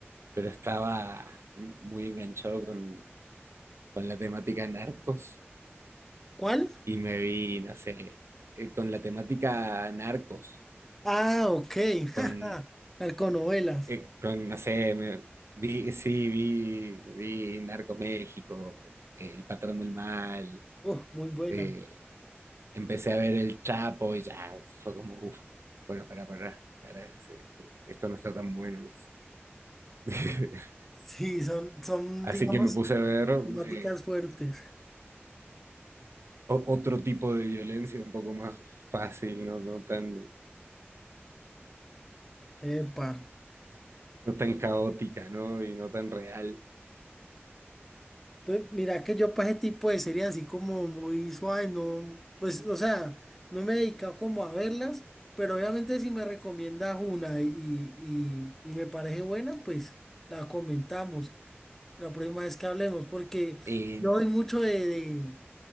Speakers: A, on the right; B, in the centre.
A: pero estaba muy enganchado con, con la temática narcos
B: ¿Cuál?
A: y me vi, no sé, eh, con la temática narcos,
B: Ah, ok. <laughs>
A: con,
B: jaja, Narconovelas.
A: eh, con no sé, me- vi, sí, vi, vi Narco México, eh, El Patrón del Mal.
B: Uh, muy buena.
A: eh, empecé a ver El Chapo y ya fue como, uff, bueno, para, para, para, sí, esto no está tan bueno. <laughs>
B: Sí, son, son, digamos,
A: Así que me puse a ver
B: temáticas
A: eh,
B: fuertes.
A: o- otro tipo de violencia un poco más fácil, no, no tan, no
B: Epa.
A: tan caótica, ¿no? Y no tan real.
B: Pues mira que yo para ese tipo de series así como muy suave, no, pues, o sea, no me he dedicado como a verlas, pero obviamente si me recomiendas una y, y, y- y me parece buena, pues la comentamos la próxima vez que hablemos, porque
A: Eh,
B: yo doy mucho de, de,